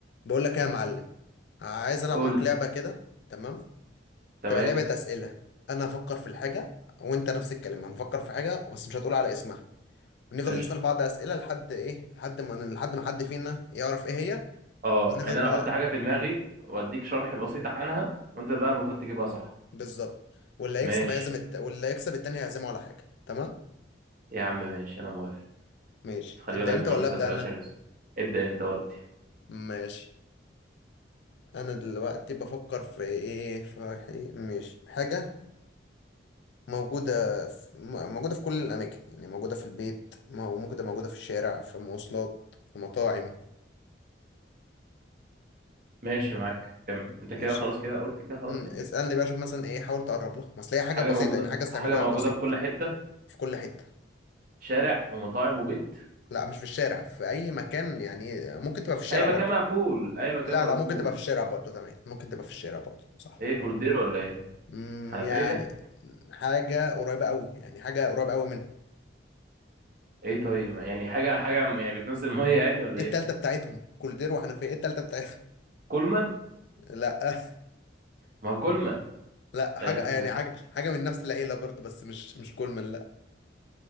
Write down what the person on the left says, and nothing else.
بقول لك ايه يا معلم عايز العب
معاك
لعبه كده تمام
تبقى لعبه اسئله انا هفكر في الحاجه وانت نفس الكلام هنفكر في حاجه بس مش هتقول على اسمها ونفضل
نسال بعض اسئله لحد ايه لحد ما لحد ما حد فينا يعرف ايه هي
ونفضل
بقى
بالظبط واللي هيكسب
هيعزم الت... واللي هيكسب التاني هيعزمه على حاجه تمام
ماشي
تبدا
انت
ولا ابدا
انا
ماشي انا دلوقتي بفكر في ايه في حي- ماشي حاجه موجودة في م- موجودة في كل الأماكن يعني موجودة في البيت مو- موجودة موجودة في الشارع في مواصلات في مطاعم
ماشي
مم.
اسألني بقى شوف مثلا إيه حاول تقرب لها ما أصل هي حاجة
بسيطة
يعني حاجة استعملها
بسيط
في كل حتة
لا مش في الشارع في أي مكان يعني ممكن تبقى في الشارع
برضه
لا
لا ممكن تبقى في الشارع برضه تمام ممكن تبقى في الشارع برضه صح
مم،
يعني حاجة قريبة أوي يعني حاجة قريبة أوي منهم
إيه
التالتة بتاعتهم كولدير وحنفية إيه التالتة بتاعتهم
لا <laughs>
لا حاجة
يعني
حاجة حاجة من نفس العيلة برضه بس مش مش كولمان لا